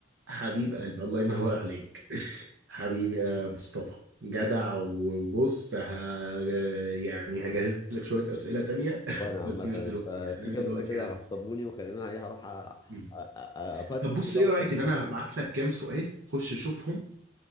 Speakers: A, on the right; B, on the left.
A: حبيب قلبي الله ينور عليك <laughs> حبيبي يا مصطفى جدع وبص ه... يعني هجهز لك شوية أسئلة تانية
B: وانا
A: <laughs>
B: عامة
A: بس مش
B: انت
A: دلوقتي يعني
B: في
A: انا
B: كام
A: دلوقتي
B: سؤال كده
A: ه...
B: عصبوني وخليني ايه هروح أ- أ-
A: مم.
B: أ- افتش
A: طب بص
B: في دفتر
A: ايه رأيك
B: الاسئلة
A: ان انا هبعت لك كام سؤال خش شوفهم